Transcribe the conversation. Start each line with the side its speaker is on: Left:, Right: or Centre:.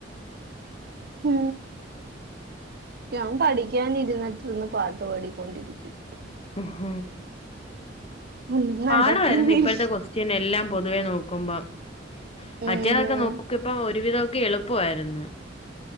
Right: ഉ ഞാൻ പഠിക്കാന ഇരുന്നിട്ടു നിന്ന് പാട്ട് പാടിക്കൊണ്ടിരിക്കും
Left: ഹ
Right: ഒന്നും നടക്കുന്നില്ല
Left: പാടമായിരുന്നു ഇപ്പോഴത്തെ ക്വസ്റ്റ്യൻ എല്ലാം പൊതുവെ നോക്കുമ്പം
Right: ഉം
Left: മറ്റേതൊക്കെ നോക്കിയപ്പം ഒരുവിധമൊക്കെ എളുപ്പമായിരുന്നു